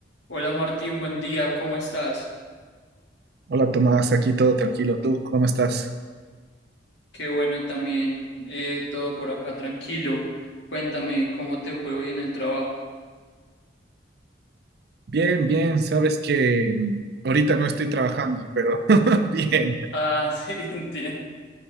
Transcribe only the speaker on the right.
Hola Tomás, aquí todo tranquilo. ¿Tú cómo estás?
Bien, bien. Sabes que mm, ahorita no estoy trabajando, pero <laughs> bien.